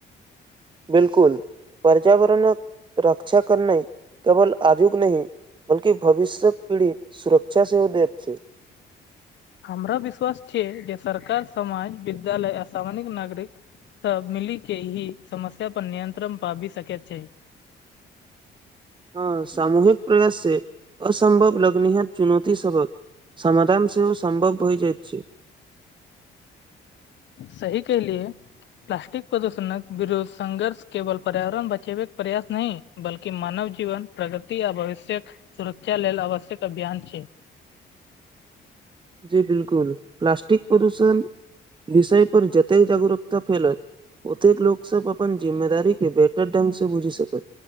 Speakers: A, on the right; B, on the left.
A: बिलकुल पर्यावरणक रक्षा करनाइ केवल आजुक नहि बल्कि भविष्यक पीढ़ीक सुरक्षा सेहो दैत छैय।
B: हमरा विश्वास छैय जे सरकार समाज विद्यालय आ सामानिक नागरिक सब मिलीके ई समस्या पर नियंत्रण पाबि सकैत छैय।
A: हँ सामूहिक प्रयास से असम्भव लग्निहत चुनौती सबहक समाधान सेहो सम्भव होइ जाइत छैय।
B: सही कहलियए। प्लास्टिक प्रदूषणक विरोध संघर्ष केवल पर्यावरण बचेबाक प्रयास नहि बल्कि मानव जीवन प्रगति आ भविष्य्यक सुरक्षा लेल आवश्यक अभियान छैय।
A: जी बिलकुल प्लास्टिक प्रदूषण विषयपर जतेक जागरूकता फैलत ओतेक लोकसभ अपन जिम्मेदारीके बेहतर ढंगसँ बुझि सकत।